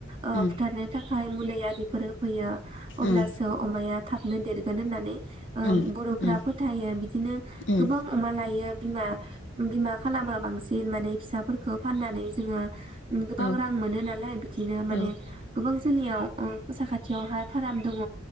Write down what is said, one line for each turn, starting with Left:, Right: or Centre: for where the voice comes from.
Right: ओ
Left: उम
Right: फुथारनो थाखाय मुलै आरिफोर होफैयो अब्लासो
Left: उम
Right: अमाया थाबनो देरगोन होननानै ओ
Left: उम
Right: बर'फोरा
Left: उम
Right: फोथायो बिदिनो
Left: उम
Right: गोबां अमा लायो बिमा बिमा खा खालामो बांसिन माने फिसाफोरखौ फाननानै जोंङो गोबां
Left: औ
Right: रां मोनो नालाय बिदिनो
Left: औ
Right: माने गोबां जोंनियाव ओ साखा थियावहाय फाराम दंङ।